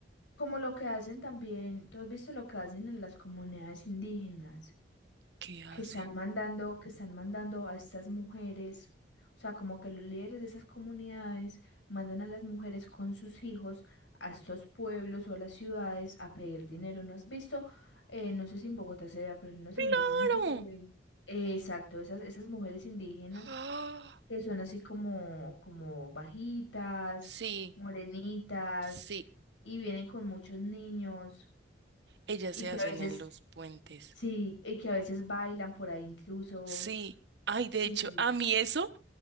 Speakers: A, on the left; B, on the right.
A: Como lo que hacen también, tú has visto lo que hacen en las comunidades indígenas,
B: ¿Qué hacen?
A: que están mandando, que están mandando a estas mujeres, o sea, como que los líderes de esas comunidades mandan a las mujeres con sus hijos a estos pueblos o a las ciudades a pedir dinero. ¿No has visto? Eh, no sé si en Bogotá se vea, pero no menos
B: ¡Claro!
A: en Medellín mucho se ve. Eh, exacto, esas, esas mujeres indígenas
B: <gasps> ¡Ah!
A: que son así como, como bajitas,
B: Sí,
A: morenitas,
B: sí,
A: y vienen con muchos niños,
B: ellas
A: y
B: se
A: que
B: hacen
A: a veces,
B: en los puentes.
A: sí, y que a veces bailan por ahí incluso.
B: Sí, ay,
A: Sí.
B: de hecho, a mí eso,